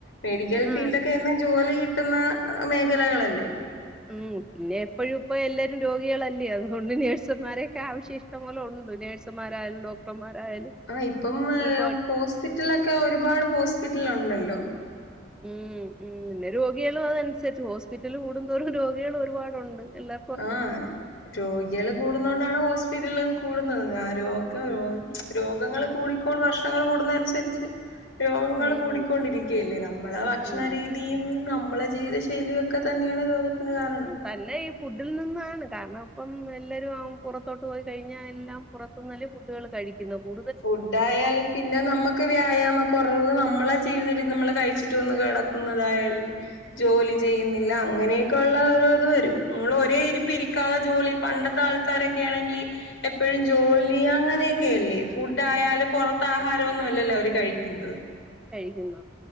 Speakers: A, on the left; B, in the centre.
A: മെഡിക്കൽ
B: ആ
A: ഫീൽഡക്കെ ജോലി കിട്ടുന്ന മേഖലകളല്ലേ
B: ഉം പിന്നെ എപ്പോഴും ഇപ്പോ എല്ലാവരും രോഗികളല്ലേ അതുകൊണ്ട് നേഴ്സുമാരെയൊക്കെ ആവശ്യ ഇഷ്ടങ്ങള ഉണ്ട് നേഴ്സുമാരായാലും ഡോക്ടർമാരായാലും
A: ആഹ് ഇപ്പം
B: ഒരുപാട്
A: ഹോസ്പിറ്റലൊക്കെ ഒരുപാട് ഹോസ്പിറ്റല ഉണ്ടല്ലോ
B: ഉം ഉം പിന്നെ രോഗികളും അതനുസരിച്ച് ഹോസ്പിറ്റല കൂടുന്തോറും രോഗികൾ ഒരുപാടുണ്ട് എല്ലാ
A: ആഹ് രോഗികൾ കൂടുന്ന കൊണ്ടാണ് ഹോസ്പിറ്റലും കൂടുന്നത് ഞാ രോഗം
B: ഉം
A: രോഗങ്ങള്ൾ കൂടിക്കോട് വർഷങ്ങൾ കൂടുന്ന അനുസരിച്ച് രോഗങ്ങൾ
B: ഉം
A: കൂടിക്കൊണ്ടിരിക്കുകയല്ലേ നമ്മളെ ഭക്ഷണരീതിയും
B: ഉം
A: നമ്മളെ ജീവിതശൈലിയൊക്കെ തന്നെയാണ് രോഗത്തിന് കാരണം
B: തന്നെ ഈ ഫുഡിൽ നിന്നാണ് കാരണം ഇപ്പം എല്ലാവരും പുറത്തോട്ട് പോയി കഴിഞ്ഞാ എല്ലാം പു ഇപ്പം നല്ല ഫുഡുകൾ കഴിക്കുന്ന കൂ
A: ഫുഡ്യാല് പിന്നെ നമ്മുക്ക് വ്യായാമക്കുറവ് നമ്മളെ ജീവിത ര നമ്മള് കഴിച്ചിട്ട് ഒന്ന് കിടക്കുന്നതായാലും ജോലി ചെയ്യുന്നില്ല അങ്ങനെ ഒക്ക ഉള്ളഓരോത് വരും നമ്മൾ ഒരേ ഇരിപ്പ് ഇരിക്കാതെ ജോലി പണ്ടത്തെ ആൾക്കാരൊക്കെ ആണെങ്കിൽ എപ്പോഴും ജോലി അങ്ങനെയൊക്കെയല്ലേ ഫുഡ ആയാല് പുറത്ത ആഹാരംന്നും അല്ലല്ലോ അവര് കഴിക്കുന്നത്
B: കഴിക്കുന്ന